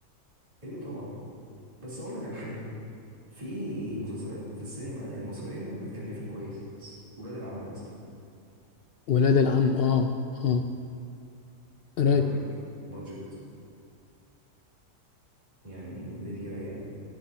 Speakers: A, on the right (about 25°); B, on the left (about 85°).
A: ايوه طبعا بس اقول لك على حاجه في مسلسلات في السينما المصريه متكلفه كويس ولاد العم مثلا
B: ولاد العم اه اه رايق
A: خلي بالك بادجت يعني دنيا رايقه